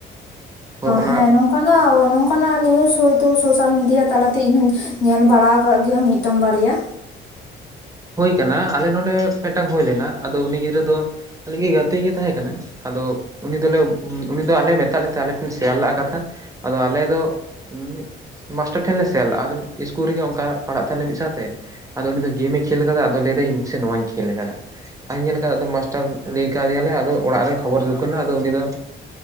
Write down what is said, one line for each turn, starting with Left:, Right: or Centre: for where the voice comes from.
Right: ᱚᱱᱟ
Left: ᱦᱮᱸ ᱱᱚᱝᱠᱟᱱᱟᱜ ᱱᱚᱝᱠᱟᱱᱟᱜ ᱱᱤᱭᱩᱪ ᱦᱚᱭᱛᱳ ᱥᱳᱥᱟᱞ ᱢᱤᱰᱤᱭᱟ ᱛᱟᱞᱟᱛᱮ ᱤᱧ ᱦᱚᱸᱧ ᱧᱮᱞ ᱵᱟᱲᱟ ᱟᱠᱟᱫ ᱜᱮᱭᱟ, ᱢᱤᱫᱴᱟᱝ ᱵᱟᱨᱭᱟ᱾
Right: ᱦᱳ ᱟᱠᱟᱱᱟ᱾ ᱟᱞᱮ ᱱᱚᱰᱮ ᱢᱤᱫᱴᱟᱝ ᱦᱩᱭ ᱞᱮᱱᱟ ᱟᱫᱚ ᱩᱱᱤ ᱜᱤᱫᱽᱨᱟᱹ ᱫᱚ ᱟ ᱜᱮ ᱜᱟᱛᱮ ᱜᱮᱭ ᱛᱟᱦᱮᱸ ᱠᱟᱱᱟᱭ᱾ ᱟᱫᱚ ᱩᱱᱤ ᱫᱚᱞᱮ ᱩᱱᱤ ᱫᱚ ᱟᱞᱮ ᱢᱮᱛᱟᱫ ᱞᱮ ᱛᱟᱦᱮᱸ ᱟᱞᱮ ᱴᱷᱮᱱ ᱥᱮᱭᱟᱨ ᱞᱮᱫᱟ ᱠᱟᱛᱷᱟ ᱾ᱟᱫᱚ ᱟᱞᱮ ᱫᱚ ᱦᱩᱸ᱾ ᱢᱟᱥᱴᱟᱨ ᱴᱷᱮᱱᱞᱮ ᱥᱮᱱᱞᱟᱜ, ᱟᱨᱮ ᱤᱥᱠᱩᱞ ᱨᱮᱜᱮ ᱚᱱᱠᱟ ᱯᱟᱲᱦᱟᱜ ᱛᱟᱦᱞᱮ ᱢᱤᱫ ᱥᱟᱶᱛᱮ ᱟᱫᱚ ᱩᱱᱤ ᱫᱚ ᱜᱮᱢᱮ ᱠᱷᱮᱞ ᱟᱠᱟᱫᱟ ᱟᱫᱚ ᱞᱟᱹᱭᱫᱟᱹᱧ ᱤᱧ ᱥᱮ ᱱᱚᱣᱟᱧ ᱠᱷᱮᱞ ᱟᱠᱟᱫᱟ᱾ ᱟᱧ ᱧᱮᱞ ᱟᱠᱟ ᱟᱫᱚ ᱢᱟᱥᱴᱟᱨ ᱞᱟᱹᱭ ᱠᱟᱣᱫᱮᱭᱟᱞᱮ, ᱟᱫᱚ ᱚᱲᱟᱜ ᱨᱮ ᱠᱷᱚᱵᱚᱨ ᱦᱩᱠᱟᱱᱟ ᱟᱫᱚ ᱩᱱᱤ ᱫᱚ